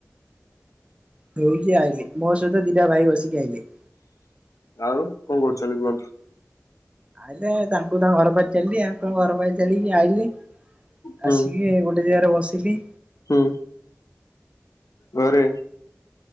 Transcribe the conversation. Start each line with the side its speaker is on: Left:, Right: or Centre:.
Right: ଧୋଇକି ଆଇଲି ମୋ ସହିତ ଦିଟା ଭାଇ ବସିକି ଆଇିଲେ।
Left: ଆଉ କଣ କରୁଛନ୍ତି କୁହନ୍ତୁ?
Right: ଆଇଲେ ତାଙ୍କୁ ତାଙ୍କ ଘର ପାଖରେ ଛାଡିଲି, ଆଙ୍କୁ ଆଙ୍କ ଘର ପାଖରେ ଛାଡିକି ଆଇଲି।
Left: ହୁଁ
Right: ଆସିକି ଗୋଟେ ଜାଗାରେ ବସିଲି।
Left: ହୁଁ। ଘରେ।